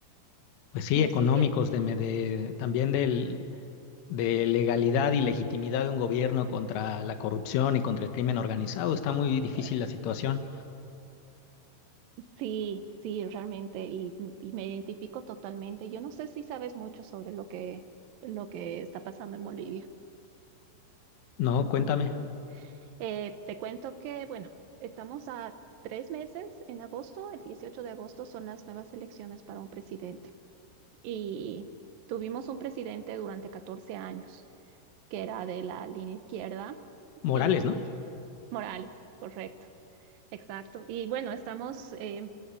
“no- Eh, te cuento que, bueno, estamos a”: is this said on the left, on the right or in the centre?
Right